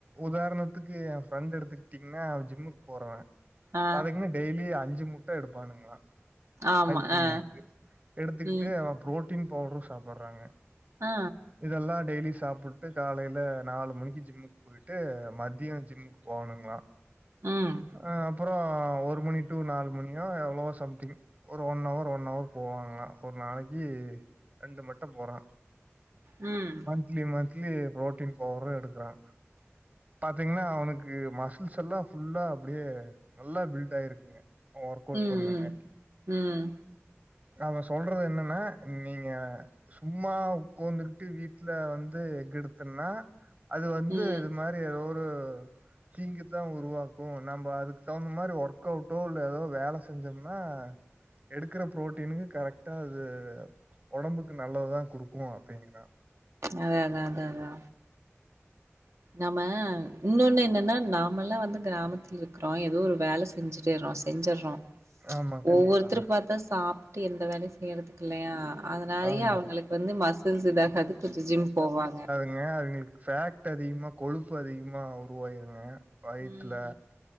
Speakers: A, on the right; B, on the right.
A: உதாரணத்துக்கு எ ஃபிரெண்ட் எடுத்துக்கிட்டீங்கன்னா அவ ஜிம்முக்கு போறவே
B: ஆ.
A: பாத்தீங்கன்னா டெய்லி அஞ்சு முட்ட எடுப்பானுங்களா
B: ஆமா
A: ஒரு
B: ஆ.
A: நைட்டு எடுத்துக்கிட்டு
B: ம்.
A: அவ புரோட்டீன் பவுடரு சாப்பறாங்க
B: ஆ
A: இதெல்லா டெய்லி சாப்ட்டு காலையில நாலு மணிக்கு ஜிம்முக்கு போயிட்டு மதியோ ஜிம்முக்கு போணுங்களா
B: ம்.
A: அ அப்றோ ஒரு மணி டு நாலு மணியோ எவ்ளவோ சம்திங் ஒரு ஒன் ன அவர் ஒன் அவர் போவாங்களா ஒரு நாளைக்கி ரெண்டு மட்டு போறா
B: ம்
A: ட்லி மன்த்லி பு்ரோட்டீன் பவரு எடுக்குறா பாத்தீங்கன்னா அவனுக்கு மசில்ஸ்ல்லா ஃபுல்லா அப்டியே நல்லா பில்ட் ஆயிருக்குங்க ஒர்க்
B: ம்.
A: அவுட்
B: ம்.
A: பண்ணுங்காட்டி
B: ம்
A: அவ சொல்றது என்னன்னா நீங்க சும்மா உக்கோந்துகிட்டு வீட்டுல வந்து எக் எடுத்தேன்னா அது வந்து
B: ம்.
A: இ மாரி எதோ ஒரு தீங்கு தா உருவாக்கும் நம்ப அதுக் தகுந்த மாரி ஒர்க் அவுட்டோ இல்ல ஏதோ வேலை செஞ்சோம்னா எடுக்குற ப்ரோட்டீனுகு கரெக்டா அது ஒடம்புக்கு நல்லது தான் குடுக்கு அப்டிங்கிறா
B: அத அத அதா அதா நம்ம இன்னொன்னு என்னன்னா நாமெல்லா வந்து கிராமத்து இரு க்குறோ ஏதோ ஒரு வேல செஞ்சுட்டேறோ செஞ்சிறோ
A: ஆமா கண்டிப்பாங்க
B: ஒவ்வொருத்தரு பாத்தா சாப் ட்டு எந்த வேலையு செய்யறதுக்கு இல்லையா அதனாலயே
A: ஆமா
B: அவங்களுக்கு வந்து மஸ் ஸில்ஸ் இதாகாது கொஞ்சோ ஜிம் போவாங்க
A: ங்கே அவுங்ளுக்கு ஃபேக்ட் அதிகமா கொழுப்பு அதிகமா உருவாயிருங்க வயித்ல
B: ம்